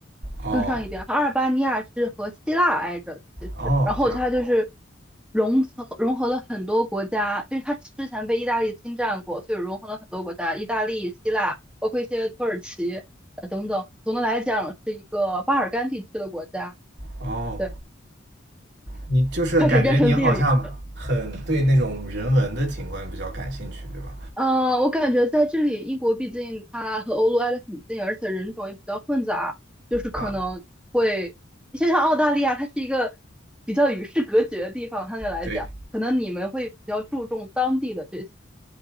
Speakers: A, on the right; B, in the centre.
A: 哦，
B: 更上一点，阿尔巴尼亚是和希腊挨着，其实，
A: 哦，
B: 然后它就是
A: 这样，
B: 融合融合了很多国家，就是它之前被意大利侵占过，所以融合了很多国家，意大利、希腊，包括一些土耳其。总的来讲，是一个巴尔干地区的国家。
A: 哦，
B: 对，
A: 你就是感觉你好像很对那种人文的景观比较感兴趣，
B: 开始变成地理。
A: 对吧？
B: 嗯，我感觉在这里，英国毕竟它和欧陆挨得很近，而且人种也比较混杂，就是可能会，
A: 啊，
B: 就像澳大利亚，它是一个比较与世隔绝的地方，相对来讲，
A: 对，
B: 可能你们会比较注重当地的这些。